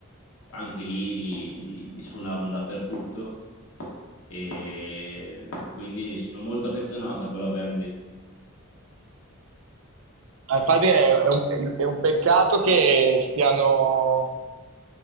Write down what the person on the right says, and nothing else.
ah, infatti è, è un, è un peccato che stiano...